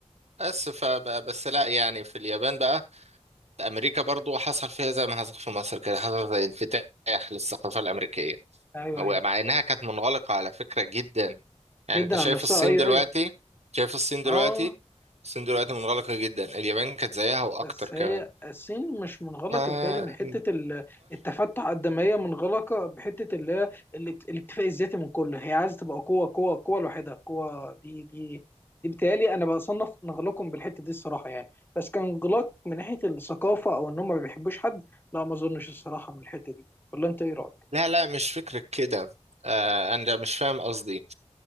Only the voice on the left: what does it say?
ايوه
ايوه
جدا
عن نفسها
ايوه
ايوه
اه
بس
هي الصين مش منغلقة
بتهيألي من حتة ال- التفتح قد ما هي منغلقة بحتة اللي هي الاكت- الاكتفاء الذاتي من كله هي عايزة تبقى قوة قوة قوة لوحدها قوة دي دي دي بتهيألي أنا بصنف انغلاقهم بالحتة دي الصراحة يعني بس كان انغلاق من ناحية الثقافة أو إن هم ما بيحبوش حد لا ما أظنش الصراحة من الحتة دي ولا أنت إيه رأيك؟